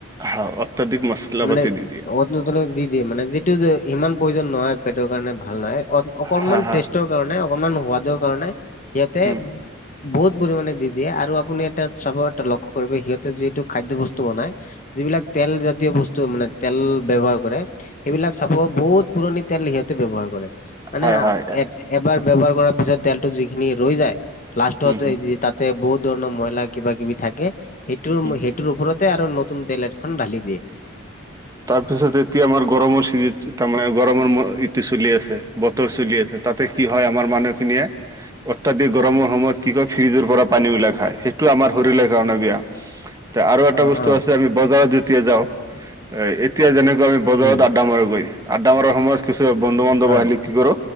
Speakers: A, on the right; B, on the left.
A: হা অত্যাধিক মছলা
B: মানে
A: পাতি দি দিয়ে।
B: অত দি দিয়ে মানে যিটো যে সিমান প্ৰয়োজন নহয় পেটৰ কাৰণে ভাল নহয়, অকণমান
A: হা হা
B: টেষ্টৰ কাৰণে অকমান সোৱাদৰ কাৰণে সিহঁতে
A: উম
B: বহুত পৰিমাণে দি দিয়ে আৰু আপুনি এটা চবটে লক্ষ্য কৰিবি সিহঁতে যিহেতু খাদ্য বস্তু বনাই। যিবিলাক তেল জাতীয় বস্তু মানে তেল ব্যৱহাৰ কৰে। এইবিলাক চাব বহুত পুৰণি তেল সিহঁতে ব্যৱহাৰ কৰে। মানে
A: হয় হয়।
B: এ এবাৰ ব্যৱহাৰ কৰাৰ পিছত তেলটো যিখিনি ৰৈ যায়। লাষ্টত
A: উম হুম
B: এই যে তাতে বহুত ধৰণৰ মইলা কিবা কিবি থাকে। সেইটোৰ
A: হুম।
B: ম সে- টোৰ ওপৰতে আৰু নতুন তেল এখন ঢালি দিয়ে।
A: তাৰপিছত এতিয়া আমাৰ গৰমৰ চিজ তাৰমানে গৰমৰ ইটো চলি আছে বতৰ চলি আছে। তাতে কি হয় আমাৰ মানুহ খিনিয়ে অত্যাধিক গৰমৰ সময়ত কি কয় ফ্ৰিজৰ পৰা পানী উলাই খায়। সে- টো আমাৰ শৰীৰলে কাৰণে বেয়া। তে আৰু এটা
B: অ',
A: বস্তু
B: অ',
A: আছে আমি বজাৰত যেতিয়া যাওঁ। এ এতিয়া যেনেকৈ আমি বজাৰত
B: উম,
A: আড্ডা মাৰোগৈ। আড্ডা মাৰা সময়ত কিছু বন্ধু বান্ধৱ
B: হয়।
A: আহিলি কি কৰো?